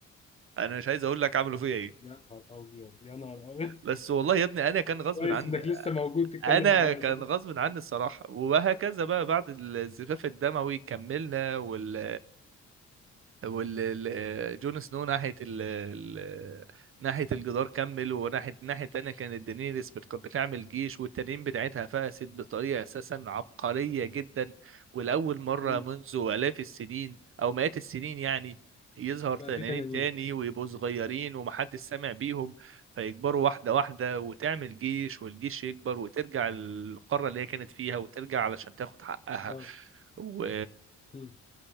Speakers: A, on the right (about 45°); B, on the left (about 20°).
A: انا مش عايز اقول لك عملوا فيا ايه
B: يا نهار ابيض يا نهار ابيض
A: بس والله يا ابني انا كان غصب
B: كويس
A: عني
B: انك لسه موجود تتكلم
A: انا
B: معايا
A: كان
B: يا صديقي
A: غصب عني الصراحه وهكذا بقى بعد الزفاف الدموي كملنا وال وال ال- جون سنو ناحية ال ال- ناحية الجدار كمل وناحية الناحية التانية كانت دينيريس بت- بتعمل جيش والتنين بتاعتها فقست بطريقة أساسا عبقرية جدا ولأول مرة
B: مم.
A: منذ آلاف السنين أو مئات السنين يعني يظهر
B: بقى
A: تنانين
B: في تنانين
A: تاني ويبقوا صغيرين ومحدش سامع بيهم فيكبروا واحدة واحدة وتعمل جيش والجيش يكبر وترجع القارة اللي هي كانت فيها وترجع علشان تاخد حقها
B: اه
A: و
B: مم.